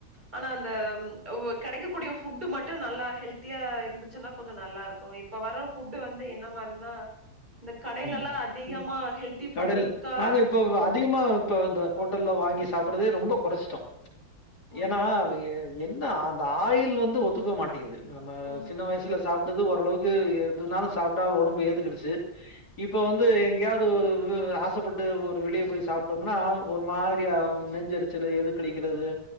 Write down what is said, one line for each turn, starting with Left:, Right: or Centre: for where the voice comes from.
Right: ஆனா அந்த ஓ கெடைக்கக்கூடிய ஃபுட்டு மட்டு நல்லா ஹெல்த்தியா இருந்து ச்சுனா கொஞ்ச நல்லா இருக்கு இப்ப வர ஃபுட்டு வந்து என்ன மாரி னா இந்த கடைலலா
Left: ம்.
Right: அதிகமா ஹெல்த்தி ஃபுட்டு
Left: கடைல
Right: இருக்கா
Left: நாங்க இப்போ அதிகமா இப்ப இந்த ஹோட்டல்ல வாங்கி சாப்றதே ரொம்ப கொறச்சுட்டோ
Right: ஓகேங்
Left: ஏனா அவங்கெ
Right: சார்
Left: என்ன அந்த ஆயில் வந்து ஒத்துக்க மாட் டிங்குது நம்ம
Right: ம் ம்
Left: சின்ன வயசுல
Right: ம்.
Left: சாப்டது ஓரளவுக்கு எதுனாலு சாப்டா ஒடம்பு ஏத்துக்கிடுச்சு இப்ப வந்து எங்கயாவ்த் து வு ஆசப்பட்டு ஒரு வெளிய போய் சாப்டோம்னா ஒரு மாரியா ம் நெஞ்செரிச்சலு எதுக்களிக்க றது